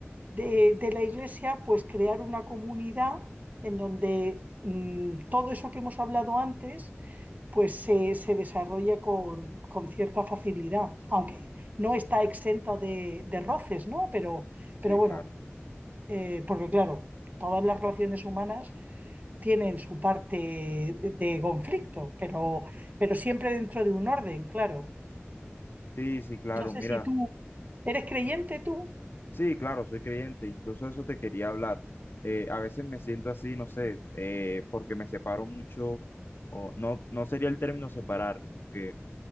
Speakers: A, on the right (about 35°); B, on the left (about 55°).
A: de, de la iglesia, pues crear una comunidad en donde mm, todo eso que hemos hablado antes pues se, se desarrolla con, con cierta facilidad, aunque no está exenta de, de roces, ¿no? Pero,
B: Sí,
A: pero bueno,
B: claro.
A: eh, porque claro, todas las relaciones humanas tienen su parte de, de conflicto, pero, pero siempre dentro de un orden, claro.
B: Sí, sí, claro.
A: No sé
B: Mira.
A: si tú eres creyente tú.
B: Sí, claro, soy creyente, incluso eso te quería hablar. Eh, a veces me siento así, no sé, eh, porque me separo mucho, o no, no sería el término separar, que